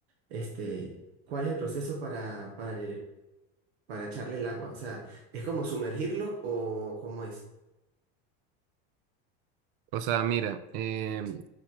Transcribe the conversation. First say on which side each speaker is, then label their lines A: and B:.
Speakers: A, on the right; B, on the right.
A: este, ¿cuál es el proceso para, para, para echarle el agua? O sea, ¿es como sumergirlo o cómo es?
B: O sea, mira, em,